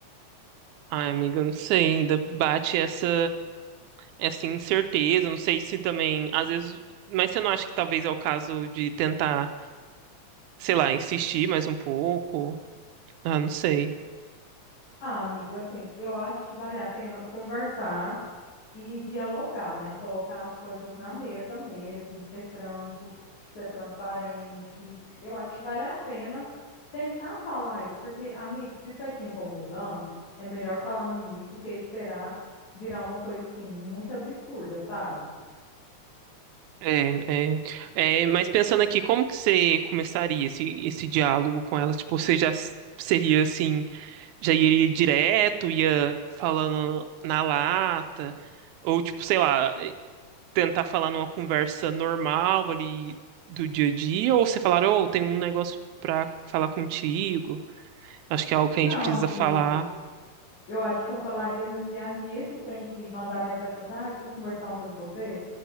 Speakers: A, on the right (about 85°); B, on the left (about 80°).
A: Ai, amiga, eu não sei, ainda bate essa essa incerteza, não sei se também, às vezes, mas você não acha que talvez é o caso de tentar, sei lá, insistir mais um pouco? Ah, não sei.
B: Ah, amigo, assim, eu acho que vale a pena conversar e dialogar, né? Colocar as coisas na mesa mesmo, ser franco, ser transparente. Eu acho que vale a pena tentar falar isso, porque, amigo, se tá te incomodando, é melhor falar no início do que esperar virar uma coisa assim muito absurda, sabe?
A: É, é, é, mas pensando aqui, como que você começaria esse, esse diálogo com ela? Tipo, você já s- seria assim, já iria direto, ia falando na lata, ou tipo, sei lá, tentar falar numa conversa normal ali do dia a dia, ou você falar, ô, tem um negócio pra falar contigo, acho que é algo que
B: Não,
A: a gente precisa
B: amigo,
A: falar.
B: eu acho que eu falaria no dia a dia esse trem de mandar mensagem e falar assim, ah, eu preciso conversar uma coisa com você.